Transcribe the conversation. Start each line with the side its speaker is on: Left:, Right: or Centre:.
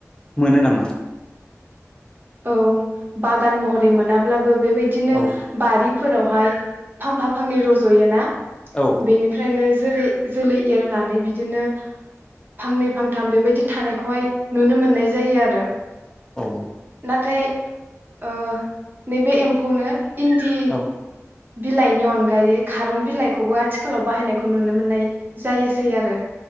Left: मोनो नामा?
Right: औ बागान महरै मोनाब्लाबो बेबायदिनो
Left: औ
Right: बारिफोरावहाय फांफा फांनै रज'यो ना
Left: औ
Right: बेनिफ्रायनो जेरै जोलै एरनानै बिदिनो फांनै फांथाम बेबायदि थानायखौहाय नुनो मोननाय जायो आरो।
Left: औ।
Right: नाथाय ओ नैबे एम्फौनो इन्दि
Left: औ
Right: बिलाइनि अनगायै खारं बिलाइखौबो आथिखालाव बाहायनायखौ नुनो मोननाय जायोसै आरो।